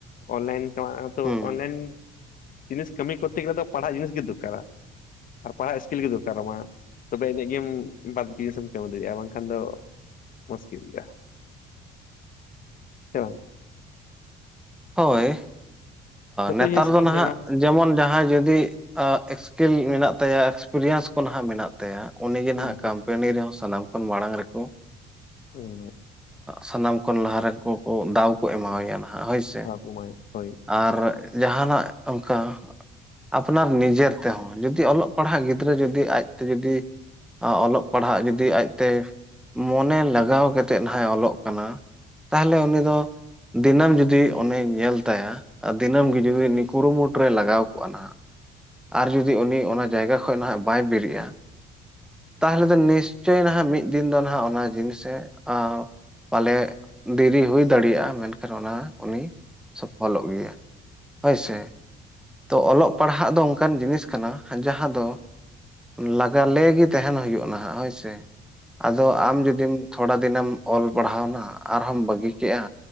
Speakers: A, on the left; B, in the centre.
A: ᱚᱱᱞᱟᱭᱤᱱ ᱨᱮᱭᱟᱜ ᱦᱚᱸ ᱛᱚ
B: ᱦᱩᱸ
A: ᱚᱱᱞᱟᱭᱤᱱ ᱡᱤᱱᱤᱥ ᱠᱟᱹᱢᱤ ᱠᱚᱨᱛᱮ ᱜᱮᱞᱮᱫᱚ ᱯᱟᱲᱦᱟᱜ ᱡᱤᱱᱤᱥ ᱜᱮ ᱫᱚᱨᱠᱟᱨᱟ ᱟᱨ ᱯᱟᱲᱦᱟᱜ ᱥᱠᱤᱞ ᱜᱮ ᱫᱚᱨᱠᱟᱨᱟᱢᱟ ᱛᱚᱵᱮ ᱤᱱᱟᱹᱜ ᱜᱮᱭᱮᱢ ᱵᱟᱨ ᱫᱤᱭᱮ ᱥᱮᱢᱟ ᱠᱟᱹᱢᱤ ᱫᱟᱲᱮᱭᱟᱜᱼᱟ ᱵᱟᱝᱠᱷᱟᱱ ᱫᱚ ᱢᱩᱥᱠᱤᱞ ᱜᱮᱭᱟ ᱹᱹᱹᱦᱮ ᱵᱟᱝ
B: ᱦᱳᱭ
A: ᱡᱚᱛᱚ
B: ᱱᱮᱛᱟᱨ
A: ᱡᱤᱱᱤᱥ
B: ᱫᱚ
A: ᱜᱮ
B: ᱱᱟᱦᱟᱜ
A: ᱧᱮᱞᱟᱢ
B: ᱡᱮᱢᱚᱱ ᱡᱟᱦᱟᱸᱭ ᱡᱩᱫᱤ ᱥᱠᱤᱞ ᱢᱮᱱᱟᱜ ᱛᱟᱭᱟ ᱮᱠᱥᱯᱮᱨᱤᱭᱮᱱᱥ ᱠᱚ ᱱᱟᱦᱟᱜ ᱢᱮᱱᱟᱜ ᱛᱟᱭᱟ ᱩᱱᱤᱜᱮ
A: ᱦᱩᱸ
B: ᱱᱟᱦᱟᱜ ᱠᱳᱢᱯᱟᱱᱤ ᱨᱮᱦᱚᱸ ᱥᱟᱱᱟᱢ ᱠᱷᱚᱱ ᱢᱟᱲᱟᱝ ᱨᱮᱠᱚ
A: ᱦᱩᱸ
B: ᱥᱟᱱᱟᱢ ᱠᱷᱚᱱ ᱞᱟᱦᱟ ᱨᱮᱠᱚ ᱫᱟᱣ ᱠᱚ ᱮᱢᱟᱣᱮᱭᱟ ᱱᱟᱦᱟᱜ ᱦᱳᱭ ᱥᱮ
A: ᱹᱹᱹ ᱦᱳᱭ
B: ᱟᱨ ᱡᱟᱦᱟᱱᱟᱜ ᱚᱝᱠᱟ ᱟᱯᱱᱟᱨ ᱱᱤᱡᱮᱨ ᱛᱮᱦᱚᱸ ᱡᱩᱫᱤ ᱚᱞᱚᱜ ᱯᱟᱲᱦᱟᱜ ᱜᱤᱫᱽᱨᱟᱹ ᱡᱩᱫᱤ ᱟᱡᱛᱮ ᱡᱩᱫᱤ ᱚᱞᱚᱜ ᱯᱟᱲᱦᱟᱜ ᱡᱩᱫᱤ ᱟᱡᱛᱮ ᱢᱚᱱᱮ ᱞᱟᱜᱟᱣ ᱠᱟᱛᱮᱫ ᱱᱟᱟᱭ ᱚᱞᱚᱜ ᱠᱟᱱᱟ ᱛᱟᱦᱚᱞᱮ ᱩᱱᱤ ᱫᱚ ᱫᱤᱱᱟᱹᱢ ᱡᱩᱫᱤ ᱩᱱᱤ ᱧᱮᱞ ᱛᱟᱭᱟ ᱟᱨ ᱫᱤᱱᱟᱹᱢ ᱜᱮ ᱡᱩᱫᱤ ᱩᱱᱤ ᱠᱩᱨᱩᱢᱩᱴᱩ ᱨᱮᱭ ᱞᱟᱜᱟᱣ ᱠᱚᱜᱼᱟ ᱱᱟᱦᱟᱜ ᱟᱨ ᱡᱩᱫᱤ ᱩᱱᱤ ᱚᱱᱟ ᱡᱟᱭᱜᱟ ᱠᱷᱚᱱ ᱱᱟᱦᱟᱜ ᱵᱟᱭ ᱵᱮᱨᱮᱜᱼᱟ ᱛᱟᱦᱚᱞᱮ ᱫᱚ ᱱᱮᱥ ᱦᱚᱪᱚᱭᱮ ᱱᱟᱦ ᱢᱤᱫ ᱫᱤᱱ ᱫᱚ ᱱᱟᱦᱟᱜ ᱚᱱᱟ ᱡᱤᱱᱤᱥᱮ ᱹᱹ ᱯᱟᱞᱮ ᱫᱮᱨᱤ ᱦᱩᱭ ᱫᱟᱲᱮᱭᱟᱜᱼᱟ ᱢᱮᱱ ᱮᱠᱷᱟᱱ ᱚᱱᱟ ᱩᱱᱤ ᱥᱚᱯᱷᱚᱞᱚᱜ ᱜᱮᱭᱟ ᱦᱳᱭ ᱥᱮ ᱛᱚ ᱚᱞᱚᱜ ᱯᱟᱲᱦᱟᱜ ᱫᱚ ᱚᱱᱠᱟᱱ ᱡᱤᱱᱤᱥ ᱠᱟᱱᱟ ᱡᱟᱦᱟᱸ ᱫᱚ ᱞᱟᱜᱟᱞᱮ ᱜᱮ ᱛᱟᱦᱮᱱ ᱦᱩᱭᱩᱜ ᱱᱟᱦᱟᱸᱜ ᱦᱳᱭ ᱥᱮ ᱟᱫᱚ ᱟᱢ ᱡᱩᱫᱤᱢ ᱛᱷᱚᱲᱟ ᱫᱤᱱᱮᱢ ᱚᱞ ᱯᱟᱲᱦᱟᱣᱱᱟ ᱟᱨᱦᱚᱢ ᱵᱟᱹᱜᱤ ᱠᱮᱜᱼᱟ